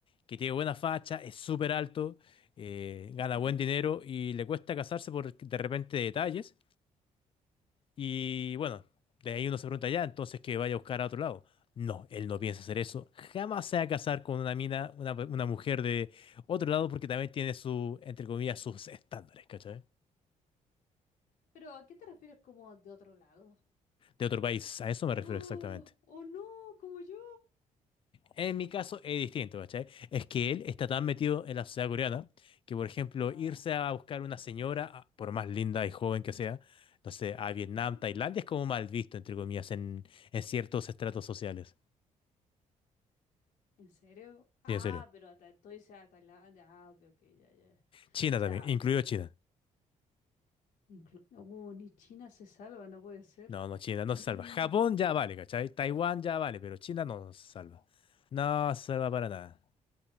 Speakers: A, on the left; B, on the left.
A: que tiene buena facha, es súper alto, eh, gana
B: ujú.
A: buen dinero y le cuesta casarse por de repente detalles. Y bueno, de ahí uno se pregunta ya, entonces que vaya a buscar a otro lado. No, él no piensa hacer eso. Jamás se va a casar con una mina, una, una mujer de otro lado, porque también tiene su, entre comillas, sus estándares, ¿cachai?
B: Pero ¿a qué te refieres como de otro lado?
A: De otro país, a eso me
B: <gasps>
A: refiero
B: ¡Oh!
A: exactamente.
B: ¡Oh no! ¡Como yo!
A: En mi caso es distinto, ¿cachai? Es que él está tan metido en la sociedad coreana que, por ejemplo,
B: Ya.
A: irse a buscar una señora, a- por más linda y joven que sea, no sé, a Vietnam,
B: ujú.
A: Tailandia, es como mal visto, entre comillas, en, en ciertos estratos sociales.
B: ¿En serio? Ah,
A: Y en serio.
B: pero hasta tú dices a Tailandia. Ah, ok, ok, ya, ya.
A: China
B: O sea,
A: también, incluido China.
B: inclu- uh, ni China se salva, no puede ser.
A: No, no, China no
B: Mm,
A: se salva. Japón ya vale, ¿cachai? Taiwán ya vale, pero China no se salva. No se salva para nada.